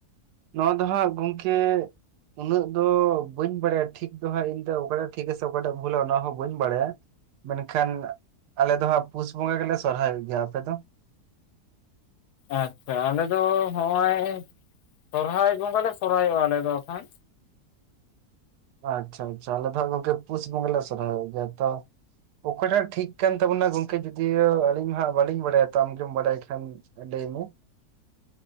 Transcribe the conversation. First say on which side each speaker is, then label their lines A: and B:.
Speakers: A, on the right (about 85°); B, on the left (about 80°).
A: ᱱᱚᱣᱟ ᱫᱚ ᱦᱟᱸᱜ ᱜᱚᱝᱠᱮ ᱩᱱᱟᱹᱜ ᱫᱚ ᱵᱟᱹᱧ ᱵᱟᱲᱟᱭᱟ ᱴᱷᱤᱠ ᱫᱚ ᱦᱟᱸᱜ ᱤᱧ ᱫᱚ ᱚᱠᱟᱴᱟᱜ ᱴᱷᱤᱠ ᱟᱥᱮ ᱚᱠᱟᱴᱟᱜ ᱵᱷᱩᱞᱟ ᱚᱱᱟ ᱦᱚᱸ ᱵᱟᱹᱧ ᱵᱟᱲᱟᱭᱟ ᱾ ᱢᱮᱱ ᱠᱷᱟᱱ ᱟᱞᱮ ᱫᱚ ᱦᱟᱸᱜ ᱯᱩᱥ ᱵᱚᱸᱜᱟ ᱜᱮᱞᱮ ᱥᱚᱨᱦᱟᱭᱚᱜ ᱜᱮᱭᱟ ᱟᱯᱮ ᱫᱚ
B: ᱟᱪᱪᱷᱟ ᱟᱞᱮ ᱫᱚ ᱦᱚᱜᱼᱚᱭ ᱥᱚᱨᱦᱟᱭ ᱵᱚᱸᱜᱟ ᱞᱮ ᱥᱚᱨᱦᱟᱭᱚᱜᱼᱟ ᱟᱞᱮᱫ ᱫᱚ ᱠᱷᱟᱱ᱾
A: ᱟᱪᱷᱟ ᱟᱪᱷᱟ ᱟᱞᱮ ᱫᱚ ᱦᱟᱸᱜ ᱜᱚᱝᱠᱮ ᱯᱩᱥ ᱵᱚᱸᱜᱟ ᱞᱮ ᱥᱚᱨᱦᱟᱭᱚᱜ ᱜᱮᱭᱟ ᱛᱚ ᱚᱠᱚᱭ ᱴᱟᱜ ᱴᱷᱤᱠ ᱠᱟᱱ ᱛᱟᱵᱩᱱᱟ ᱜᱚᱝᱠᱮ ᱠᱩᱫᱤᱭᱳ ᱟᱞᱤᱧ ᱢᱟ ᱦᱟᱸᱜ ᱵᱟᱞᱤᱧ ᱵᱟᱰᱟᱭ ᱠᱷᱟᱱ ᱛᱳ ᱟᱢ ᱜᱤᱢ ᱵᱟᱰᱟᱭ ᱠᱷᱟᱱ ᱰᱟᱹᱭ ᱢᱮ